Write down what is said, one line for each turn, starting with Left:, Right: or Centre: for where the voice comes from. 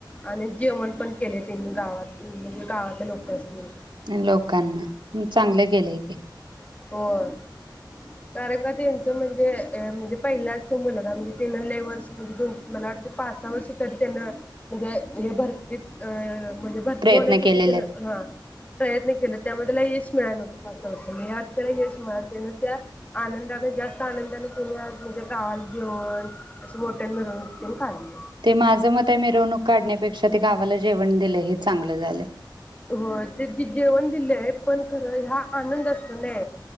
Left: आणि जेवण पण केले त्यांनी गावात म्हणजे गावात <unintelligible> लोकासनी
Right: लोकांना चांगल केलय ते
Left: <unintelligible> <unintelligible> ते अ म्हणजे पहिलाच त्यो मुलाला म्हणजे तेनं लेवर्ष म्हणजे दोन मला वाटते पासा वर्ष तरी त्यनं म्हणजे हे भरतीत अ म्हणजे भरती
Right: प्रयत्न
Left: होण्यासाठी
Right: केलेले
Left: तेनं
Right: आहेत.
Left: हा प्रयत्न केलत त्यामुळ त्याला यश मिळाय नवतं पाच-सा वर्ष म यात त्याला यश मिळा त्यानं त्या आनंदान जास्त आनंदान त्यनी आज म्हणजे गावाला जेवन, असं मोठ्यानं मिरवणूक त्यांनी काढली
Right: ते माझं मत हाय मिरवणूक काढण्यापेक्षा, ते गावाला जेवण दिलं हे चांगलं झालं
Left: होय ते जे जेवण दिलय पण खरं ह्या आनंदअसतो ने